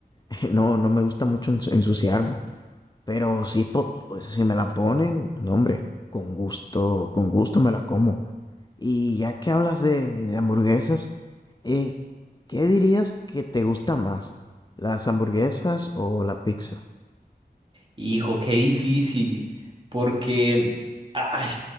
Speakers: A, on the left (about 25°); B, on the right (about 30°).
A: <laughs> no, no me gusta mucho ens- ensuciarme. Pero sí, po- pues si me la ponen, no, hombre, con gusto, con gusto me la como. Y ya que hablas de, de hamburguesas, eh, ¿qué dirías que te gusta más? ¿Las hamburguesas o la pizza?
B: Hijo, qué difícil, porque, ay,